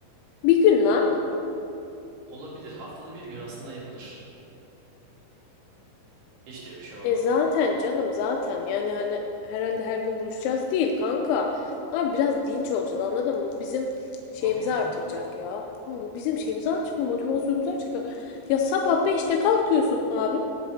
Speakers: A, on the left; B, on the right.
A: Bir gün
B: Yani
A: lan.
B: olabilir. Haftada bir gün aslında yapılır. Hiç de bir şey olmaz
A: E zaten
B: yani.
A: canım zaten. Yani hani herhalde her gün buluşacağız değil kanka. Abi biraz dinç olacağız anladın mı? Bu bizim şeyimizi
B: Tabii kanka
A: artıracak
B: ya.
A: ya. Oğlum Bu bizim şeyimizi artıracak, motivasyonumuzu artıracak. Ya sabah beşte kalkıyorsun abi.